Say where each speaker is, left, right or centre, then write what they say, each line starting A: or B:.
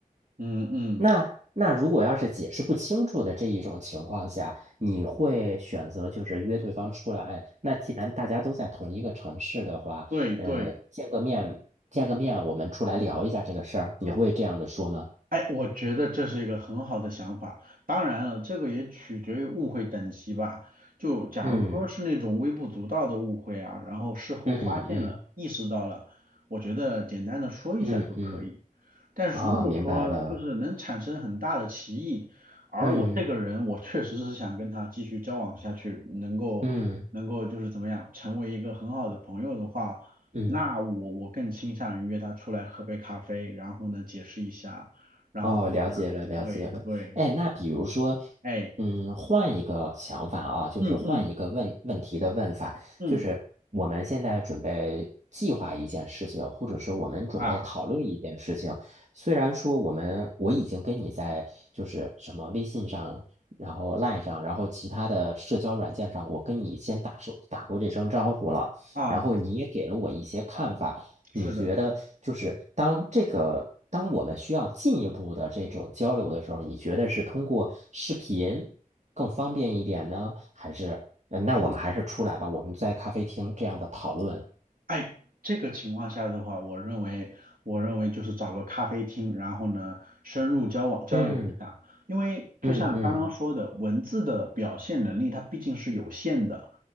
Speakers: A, on the right (about 75°); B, on the right (about 55°).
A: 嗯嗯，
B: 那那如果要是解释不清楚的这一种情况下，你会选择就是约对方出来？哎，那既然大家都在同一个城市的话，
A: 对对。
B: 呃，见个面，见个面，我们出来聊一下这个事儿，你会这样的说吗？
A: 哎，我觉得这是一个很好的想法。当然了，这个也取决于误会等级吧。就假如说是那种微不足道的误会啊，
B: 嗯
A: 然后事后发现了、
B: 嗯嗯
A: 意识到了，我觉得简单的说一下就可以。
B: 嗯嗯，
A: 但是如果说就是能产生很大的歧义，
B: 啊，明白了，
A: 而我这个人我确实是想跟他继续交往下去，
B: 嗯
A: 能够能够就是怎么样成为一个很好的朋友的话，
B: 嗯嗯。
A: 那我我更倾向于约他出来喝杯咖啡，然后呢解释一下。然后怎么样？
B: 哦，了解了，了解了。
A: 对对，
B: 哎，那比如说，
A: 哎，
B: 嗯，换一个想法啊，就是换一个问问题的问法，
A: 嗯嗯嗯
B: 就是我们现在准备计划一件事情，或者是我们准备讨论一件事情。
A: 啊
B: 虽然说我们我已经跟你在就是什么微信上，然后 LINE 上，然后其他的社交软件上，我跟你先打手打过这声招呼了，
A: 啊，
B: 然后你也给了我一些看法。
A: 是的。
B: 你觉得就是当这个，当我们需要进一步的这种交流的时候，你觉得是通过视频更方便一点呢，还是，嗯，那我们还是出来吧，我们在咖啡厅这样的讨论。
A: 哎，这个情况下的话，我认为，我认为就是找个咖啡厅，然后呢，深入交往交流一下。
B: 嗯
A: 因为就像刚刚说的，
B: 嗯嗯
A: 文字的表现能力它毕竟是有限的，